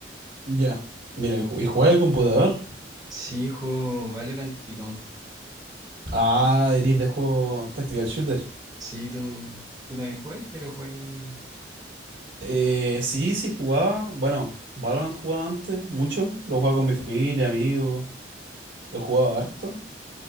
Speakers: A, on the right; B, on the right.
A: Ya. Mira, ¿y jugar al computador?
B: Sí, juego Valorant y Counter.
A: Ah, eres de juego Tactical Shooter.
B: Sí, tú, tú también jugáis, pero jugáis... un-
A: Eh, sí, sí jugaba. Bueno, Valorant jugaba antes, mucho. Lo jugaba con mi familia, amigos, lo jugaba harto.